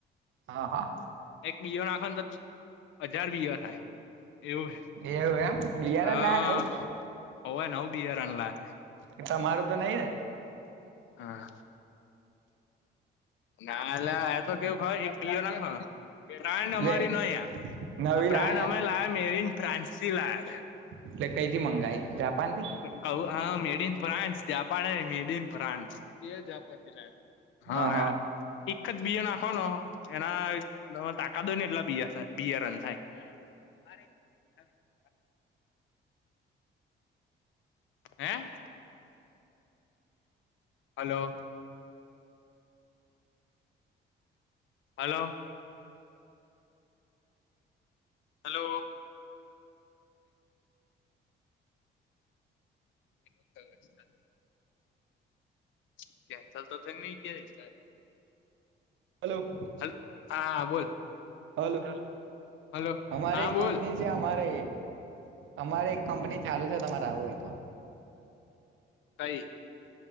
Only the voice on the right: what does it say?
હા
એવ એમ? બિયારણ
લાયા નવું
એટલે તમારું તો નહી ને?
લે
નવી
લાયા
એમ
એટલે કઈથી મંગાઈ જાપાન થી?
હ હ
હલો
હલો
હમારે
એક
કંપની અમારે અમારે એક કંપની ચાલુ છે તમારે આવું એ તો